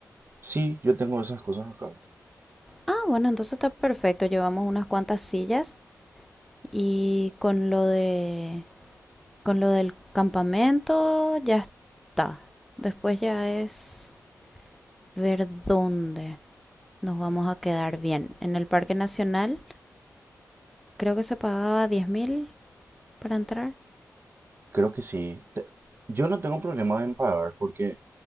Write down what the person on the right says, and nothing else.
Sí, yo tengo esas cosas acá.
Creo que sí. Te- Yo no tengo problema en pagar porque